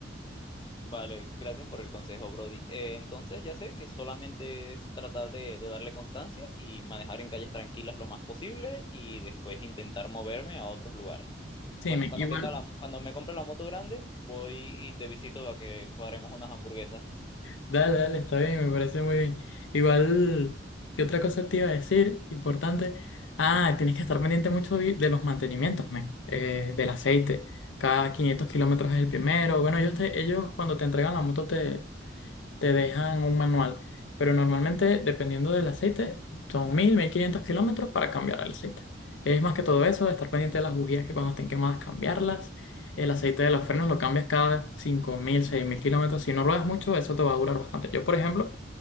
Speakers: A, on the left (about 25°); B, on the left (about 85°).
A: Vale, gracias por el consejo, Brody. Eh, entonces ya sé que solamente es tratar de, de darle constancia y manejar en calles tranquilas lo más posible y después intentar moverme a otros lugares.
B: Sí,
A: Bueno,
B: me-
A: cuando
B: igual,
A: tenga la, cuando me compre la moto grande, voy y te visito para que cuadremos unas hamburguesas.
B: dale, dale, está bien, me parece muy bien. Igual, ¿qué otra cosa te iba a decir? Importante. Ah, tienes que estar pendiente mucho de de los mantenimientos, men, eh, del aceite. Cada 500 kilómetros es el primero. Bueno, ellos, te- ellos cuando te entregan la moto te, te dejan un manual, pero normalmente, dependiendo del aceite, son mil mil quinientos kilómetros para cambiar el aceite. Es más que todo eso, estar pendiente de las bujías que cuando estén quemadas cambiarlas. El aceite de los frenos lo cambias cada cinco mil seis mil kilómetros. Si no ruedas mucho, eso te va a durar bastante. Yo, por ejemplo,